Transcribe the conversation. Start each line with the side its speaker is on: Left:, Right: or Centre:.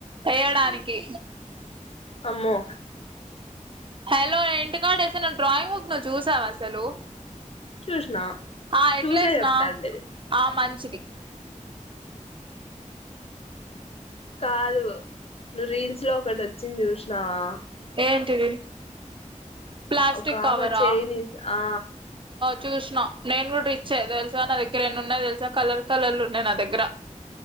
Right: ఏయడానికి
Left: అమ్మో
Right: హలో ఏంటి <unintelligible> నా డ్రాయింగ్ బుక్ నువ్ చూసావా అసలు
Left: చూసినా
Right: ఆ ఎట్లేసినా
Left: చూసే చెప్తాండేది
Right: ఆ మంచిది.
Left: కాదు. నువ్వు రీల్స్లో ఒకట్ వచ్చింది చూస్నావా
Right: ఏంటిది. ప్లాస్టిక్
Left: ఒక
Right: కవరా
Left: ఆమె చేయిని ఆ
Right: చూస్ న నేన్ గుడా రిచ్చే తెల్సా నా దగ్గర ఎన్ని ఉన్నయ్ తెల్సా కలర్ కలర్లున్నాయ్ నా దగ్గర